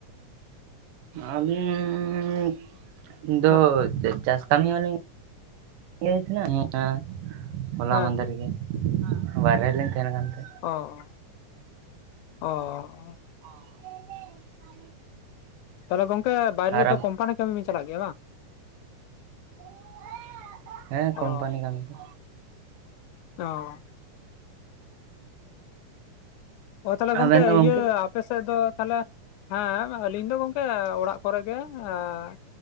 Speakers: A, on the right; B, on the left.
A: ᱟᱹᱞᱤᱧ ᱫᱚ
B: ᱦᱮᱸ
A: ᱪᱟᱥ ᱠᱟᱹᱢᱤ ᱦᱚᱸᱞᱤᱧ <unintelligible> ᱮᱸ ᱟ ᱦᱚᱞᱟ
B: ᱦᱮᱸ
A: ᱢᱟᱸᱫᱮᱨ ᱜᱮ᱾ ᱵᱟᱨᱦᱮ ᱞᱤᱧ ᱛᱟᱦᱮᱱᱟ ᱜᱚᱝᱠᱮ᱾
B: ᱚ, ᱚ᱾
A: <unintelligible>
B: ᱛᱟᱦᱚᱞᱮ ᱜᱚᱝᱠᱮ ᱵᱟᱭᱨᱮ
A: ᱟᱨ
B: ᱨᱮᱫᱚ ᱠᱳᱢᱯᱟᱱᱤ ᱠᱟᱹᱢᱤ ᱵᱤᱱ ᱪᱟᱞᱟᱜ ᱜᱮᱭᱟ ᱵᱟᱝ?
A: <unintelligible> ᱦᱮᱸ ᱠᱳᱢᱯᱟᱱᱤ
B: ᱚ
A: ᱠᱟᱹᱢᱤ ᱠᱩ᱾
B: ᱚᱸ᱾ ᱚ ᱛᱟᱦᱚᱞᱮ
A: ᱟᱵᱮᱱ
B: ᱜᱚᱝᱠᱮ
A: ᱫᱚ ᱜᱚᱢᱠᱮ
B: ᱤᱭᱟᱹ ᱟᱯᱮ ᱥᱮᱫ ᱫᱚ ᱛᱟᱦᱚᱞᱮ ᱦᱮᱸ ᱟᱹᱞᱤᱧ ᱫᱚ ᱜᱚᱝᱠᱮ ᱚᱲᱟᱜ ᱠᱚᱨᱮ ᱜᱮ ᱮᱸ᱾